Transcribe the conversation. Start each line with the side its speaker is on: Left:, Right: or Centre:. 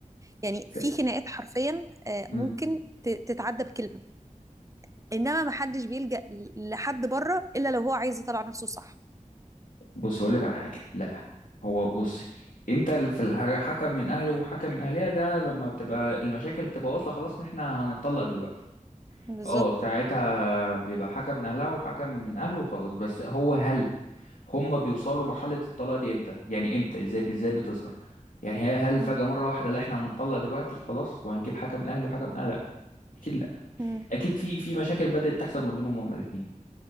Right: يعني
Left: ف-
Right: في خناقات حرفيا آه،
Left: مم.
Right: ممكن ت- تتعدى بكلمه انما ما حدش بيلجأ ل- لحد بره الا لو هو عايز يطلع نفسه صح
Left: بص اقول لك على حاجه لا هو بصي امتى ال- في الحاجة حكم من اهله وحكم من اهلها ده لما بتبقى المشاكل تبقى واصله خلاص ان احنا هنتطلق دلوقتي
Right: بالظبط
Left: اه ساعتها بيبقى حكم من اهلها وحكم من اهله وخلاص بس هو هل هم بيوصلوا لمرحله الطلاق دي امتى يعني امتى ازاي ازاي بتظهر يعني هي- هل
Right: مم.
Left: فجأة مرة واحدة لا احنا هنتطلق دلوقتي خلاص وهنجيب حكم من اهله وحكم من اهلها لا اكيد لا
Right: مم.
Left: اكيد في في مشاكل بدأت تحصل ما بينهم هما الاثنين